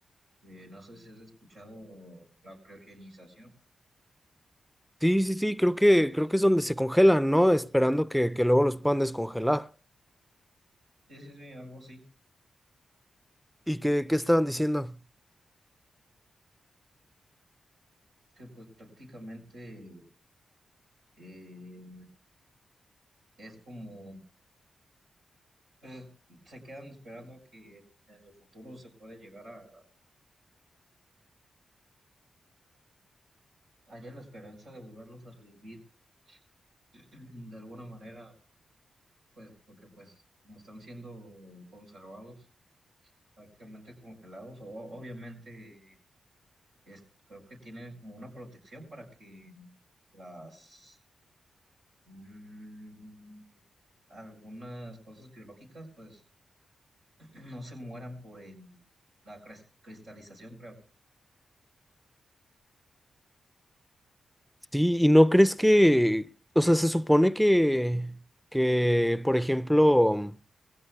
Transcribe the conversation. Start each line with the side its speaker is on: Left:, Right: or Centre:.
Right: Eh, no sé si has escuchado la criogenización.
Centre: Sí, sí, sí, creo que, creo que es donde se congelan, ¿no? Esperando que, que luego los puedan descongelar.
Right: Sí, sí, sí, algo así.
Centre: ¿Y qué, qué estaban diciendo?
Right: Que pues prácticamente eh, es como, pues se quedan esperando a que en el futuro se pueda llegar a, a- haya la esperanza de volverlos a revivir <clears throat> de alguna manera, pues, porque pues como están siendo conservados prácticamente como pelados, o, obviamente es, creo que tienen como una protección para que las mm, algunas cosas biológicas pues <clears throat> no se mueran por el, la cres- cristalización, creo.
Centre: Sí, y no crees que, o sea, se supone que, que, por ejemplo,